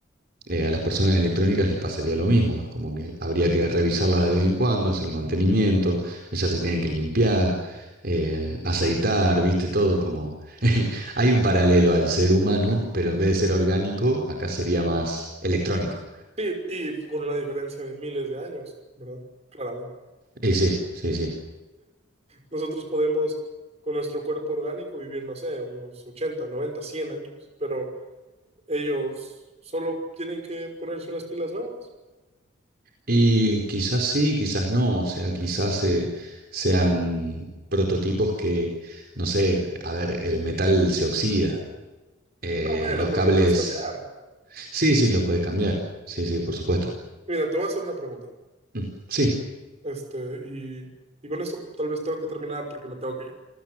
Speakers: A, on the right; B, on the right.
A: eh, a las personas electrónicas les pasaría lo mismo. Es como que habría que revisarlas de vez en cuando, hacer el mantenimiento, ellas se tienen que limpiar, eh, aceitar, viste, todo como... <laughs> Hay un paralelo al ser humano, pero en vez de ser orgánico, acá sería más electrónico.
B: Sí, y con una diferencia de miles de años, ¿verdad? Claramente.
A: Y sí, sí, sí.
B: Nosotros podemos, con nuestro cuerpo orgánico, vivir, no sé, unos 80, 90, 100 años, pero ellos solo tienen que ponerse unas pilas nuevas.
A: Y quizás sí, quizás no, o sea, quizás eh, sean prototipos que, no sé, a ver, el metal se oxida, eh,
B: No, bueno,
A: los
B: pero
A: cables,
B: lo puedes cambiar.
A: sí, sí, los puedes cambiar, sí, sí, por supuesto.
B: Mira, te voy a hacer una pregunta.
A: Mm, Sí,
B: Este, y, y con esto tal vez tengo que terminar porque me tengo que ir.